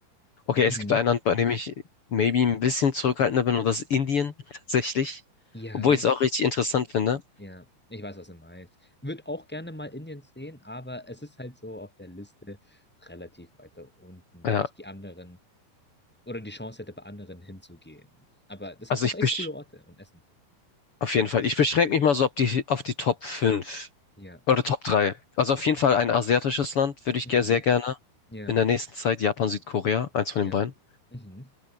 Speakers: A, on the left (about 40°); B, in the centre.
A: Okay,
B: Mhm.
A: es gibt ein Land, bei dem ich maybe ein bisschen zurückhaltender bin, und das ist Indien <laughs> tatsächlich.
B: Ja.
A: Obwohl ich es auch richtig interessant finde.
B: Ja. Ich weiß, was du meinst. Würde auch gerne mal Indien sehen, aber es ist halt so auf der Liste relativ weiter unten,
A: Ja,
B: wenn ich die anderen oder die Chance hätte, bei anderen hinzugehen. Aber das
A: also
B: hat auch
A: ich
B: echt
A: besch
B: coole Orte und Essen.
A: auf jeden Fall. Ich beschränke mich mal so auf die, auf die Top 5
B: Ja.
A: oder Top 3. Also auf jeden Fall ein asiatisches Land würde ich
B: Mhm.
A: ge- sehr gerne
B: Ja.
A: in der nächsten Zeit. Japan, Südkorea, eins von
B: Ja.
A: den beiden.
B: Mhm.